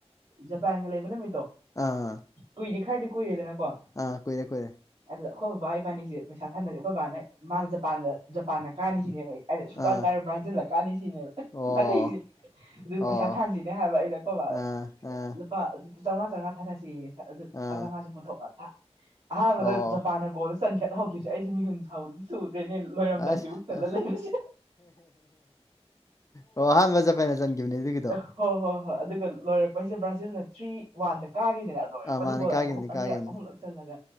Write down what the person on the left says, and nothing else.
ꯑ
ꯑꯥ ꯀꯣꯏꯔꯦ ꯀꯣꯏꯔꯦ
ꯑꯥ
ꯑꯣ
ꯑꯣ
ꯑꯥ ꯑꯥ
ꯑꯥ
ꯑꯣ
ꯑꯁ
ꯑꯁ
ꯑꯣ ꯑꯍꯥꯥꯟꯕ ꯖꯥꯄꯥꯟꯅ ꯆꯟꯒꯈꯤꯕꯅꯦ ꯗꯨꯒꯤ
ꯑꯥ ꯃꯥꯅꯦ
ꯀꯥꯈꯤꯕꯅꯤ
ꯀꯥꯈꯤꯕꯅꯤ